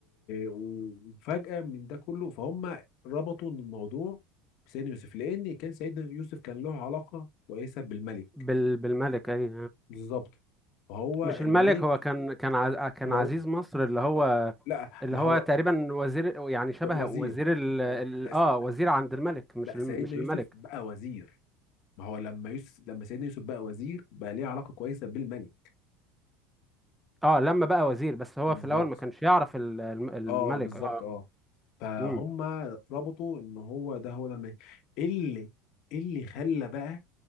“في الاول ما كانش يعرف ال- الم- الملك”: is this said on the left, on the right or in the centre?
Centre